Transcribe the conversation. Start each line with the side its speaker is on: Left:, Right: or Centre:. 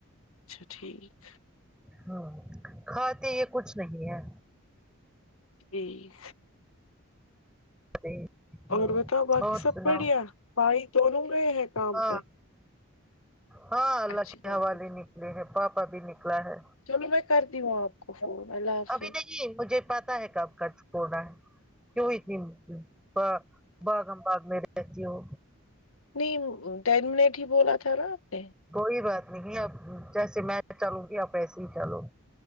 Left: اچھا ٹھیک
Centre: ہاں کھاتے یہ کچھ نہیں ہے
Left: جی
Centre: ہ
Left: اور بتاؤ باقی
Centre: اور
Left: سب
Centre: سناؤ
Left: بڑھیا بھائی دونوں میں ہے کام
Centre: ہاں
Left: پہ
Centre: ہاں اللہ
Left: اچھی
Centre: کے
Left: بات
Centre: حوالے
Left: ہے
Centre: نکلے ہیں پاپا بھی نکلا ہے
Left: چلو میں کرتی ہوں آپ کو فون اللہ حافظ
Centre: ابھی نہیں مجھے پتا ہے کب کا چھڑا ہے کیوںئی ت باغ ہم باغ میں رہتی ہو
Left: نہیں ٹین منٹ ہی بولا تھا نا آپ نے
Centre: کوئی بات نہیں اپ جیسے میں چلوں گی آپ ایسے ہی چالو